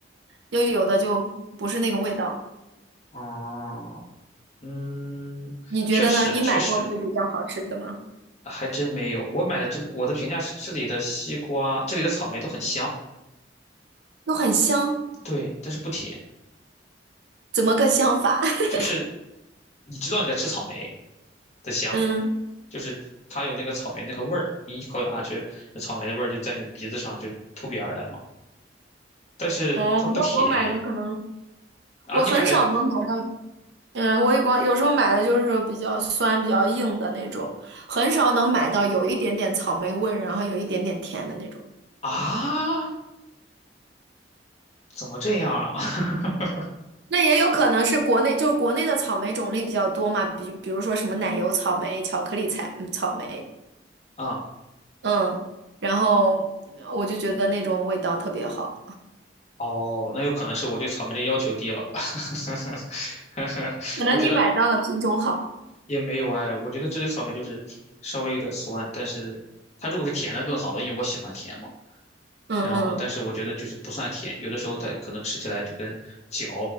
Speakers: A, on the right (about 65°); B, on the left (about 35°).
A: 又有的就不是那个味道。
B: 哦，嗯，
A: 你觉得呢？
B: 确实确实，
A: 你买过就比较好吃的吗？
B: 还真没有。我买的这我的评价是这里的西瓜，这里的草莓都很香，
A: 都很香，
B: 对，但是不甜，
A: 怎么个香法？<laughs>
B: 就是你知道你在吃草莓的香，
A: 嗯，
B: 就是它有那个草莓那个味儿，你一口咬下去，那草莓的味儿就在你鼻子上就扑鼻而来嘛。但是它不甜
A: 哦，那我买的可能
B: 啊，
A: 我很少能买到。
B: 你买的
A: 嗯，我也光有时候买的就是比较酸、比较硬的那种，很少能买到有一点点草莓味，然后有一点点甜的那种。
B: 啊，怎么这样啊？<laughs>
A: 那也有可能是国内，就是国内的草莓种类比较多嘛，比比如说什么奶油草莓、巧克力彩嗯草莓，
B: 啊，
A: 嗯，然后我就觉得那种味道特别好，
B: 哦，那有可能是我对草莓的要求低了。<laughs>
A: 可能你买到的品种好，
B: 我觉得也没有哎，我觉得这类草莓就是稍微有点酸，但是它如果是甜的更好了，因为我喜欢甜嘛。
A: 嗯嗯，
B: 然后，但是我觉得就是不算甜，有的时候它可能吃起来就跟嚼